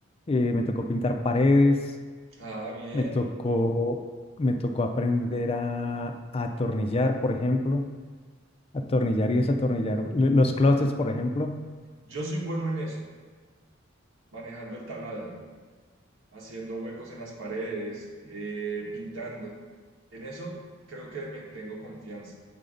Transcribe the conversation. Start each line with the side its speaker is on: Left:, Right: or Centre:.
Left: eh, me tocó pintar paredes.
Right: Ah, bien.
Left: Me tocó, me tocó aprender a a atornillar, por ejemplo. Atornillar y desatornillar. L- Los closets, por ejemplo.
Right: Yo soy bueno en eso, manejando el taladro, haciendo huecos en las paredes, eh, pintando. En eso creo que me tengo confianza,